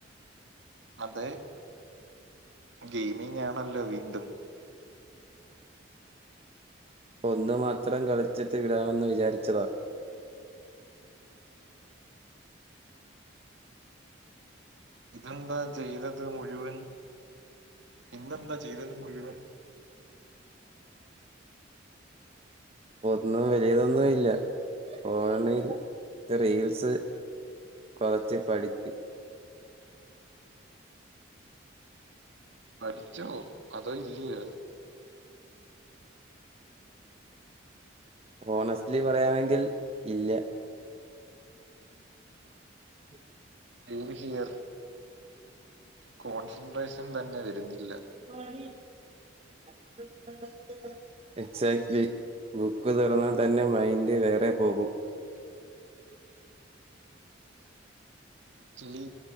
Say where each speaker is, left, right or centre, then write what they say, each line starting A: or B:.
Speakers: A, on the right; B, on the right.
A: അതെ ഗൈമിംഗ് ആണല്ലോ വീണ്ടും.
B: ഒന്ന് മാത്രം കളിച്ചിട്ട് വിടാമെന്ന് വിചാരിച്ചതാ..
A: ഇതെന്താ ചെയ്തത് മുഴുവൻ ഇന്നെന്താ ചെയ്തത് മുഴുവൻ..
B: ഒന്നും വല്യതൊന്നും ഇല്ല ഫോണിൽ ത് റീൽസ് കൊറച്ച് പഠിപ്പി
A: പഠിച്ചോ. അതോ ഇല്ലിയൊ..
B: ഹോണസ്റ്റ്ലി പറയാണങ്കി. ഇല്ല. <inaudible>
A: റ്റു ഹിയർ.. കോൺസെൻട്രേഷൻ തന്നെ വരുന്നില്ല..
B: പടിം. <unintelligible> എക്സാക്ലി ബുക്ക് തൊറന്നാതന്നെ മൈൻഡ് വേറെ പോകും..
A: ആക്ച്വലി